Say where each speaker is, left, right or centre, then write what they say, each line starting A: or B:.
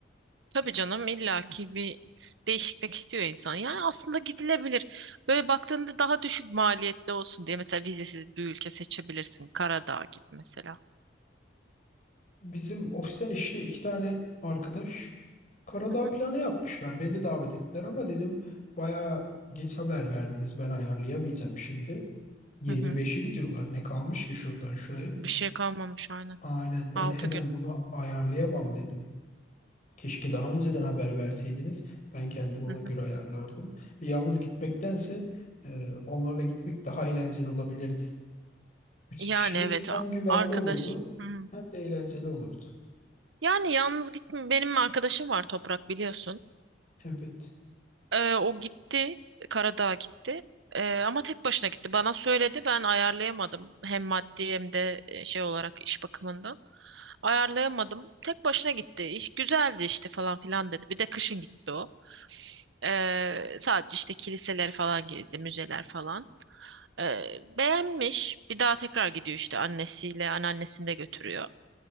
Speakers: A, on the right; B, on the left.
A: Tabii canım illaki bir değişiklik istiyor insan. Yani aslında gidilebilir. Böyle baktığında daha düşük maliyetli olsun diye mesela vizesiz bir ülke seçebilirsin. Karadağ gibi mesela.
B: Bizim ofisten işte iki tane arkadaş Karadağ
A: Hı hı,
B: planı yapmışlar. Beni de davet ettiler ama dedim bayağı geç haber verdiniz. Ben ayarlayamayacağım şimdi. 25'i
A: hı hı.
B: gidiyorlar. Ne kalmış ki şuradan şuraya?
A: Bir şey kalmamış aynen.
B: Aynen ben
A: Altı
B: hemen
A: gün.
B: bunu ayarlayamam dedim. Keşke daha önceden haber verseydiniz. Ben kendim ona
A: Hı
B: göre
A: hı.
B: ayarlardım. Ve yalnız gitmektense e, onlarla gitmek daha eğlenceli olabilirdi. Üç
A: Yani
B: kişi
A: evet
B: hem
A: a-
B: güvenli
A: arkadaş.
B: olurdu
A: Hı hı.
B: hem de eğlenceli olurdu.
A: Yani yalnız gitme. Benim arkadaşım var Toprak biliyorsun.
B: Evet.
A: Ee, o gitti. Karadağ'a gitti. Ee, ama tek başına gitti. Bana söyledi ben ayarlayamadım. Hem maddi hem de e, şey olarak iş bakımından. Ayarlayamadım. Tek başına gitti. İş güzeldi işte falan filan dedi. Bir de kışın gitti o. Ee, sadece işte kiliseleri falan gezdi, müzeler falan. Ee, beğenmiş. Bir daha tekrar gidiyor işte annesiyle anneannesini de götürüyor.